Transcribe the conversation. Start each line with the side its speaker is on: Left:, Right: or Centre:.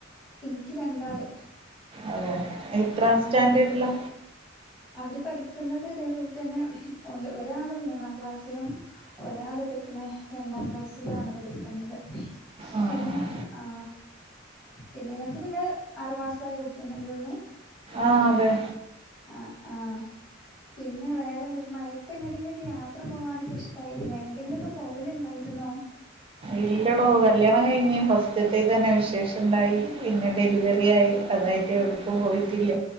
Centre: ഇൻക്ക് രണ്ടാള്
Right: അതെയൊ എത്രാം
Centre: ആഹ്
Right: സ്റ്റാൻഡേഡിലാ
Centre: അവര് പഠിക്കുന്നത് ഇതേപോലതന്നെ ഒരാള് മൂന്നാം ക്ലാസ്സിലും ഒരാള് തക്ക്ണ് രണ്ടാം ക്ലാസ്സിലു ആണ് പഠിക്കുന്നത്
Right: ആഹ്
Centre: എങ്ങെ
Right: ആഹ്
Centre: ആ പിന്നെ ഇങ്ങക്ക് പിന്നെ ആറുമാസായ കുട്ടീനല്ലേള്ളൂ
Right: ആ അതെ
Centre: അ ആ പിന്നെ വേറെ എന്തൊക്കെ മയത്തെങ്ങട്ടെങ്കിലുക്കെ യാത്ര പോവാനൊക്കെ ഇഷ്ടായിരുന്നോ എങ്ങട്ടെങ്കിലുക്കെ പോവലുണ്ടായിരുന്നോ
Right: ഇല്ലടോ കല്യാണം കഴിഞ്ഞ് ഫസ്റ്റ്ത്തീ തന്നെ വിശേഷംണ്ടായി പിന്നെ ഡെലിവറി വറിയായി അതായിട്ട് എടുക്കും പോയിട്ടില്ല